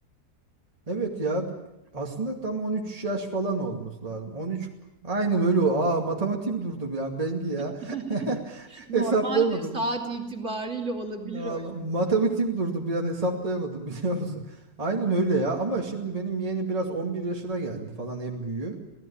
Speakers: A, on the right (about 20°); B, on the right (about 45°).
A: Evet ya aslında tam 13 yaş falan olması lazım. 13 aynen öyle. o- Aa matematiğim durdu bir an Bengi ya.
B: <laughs>
A: <laughs>
B: Normaldir
A: Hesaplayamadım.
B: saat itibariyle olabilir
A: Ya Vallahi
B: öyle.
A: matematiğim durdu bir an hesaplayamadım <laughs> biliyor musun? Aynen öyle ya ama şimdi benim yeğeni biraz 11 yaşına geldi falan en büyüğü.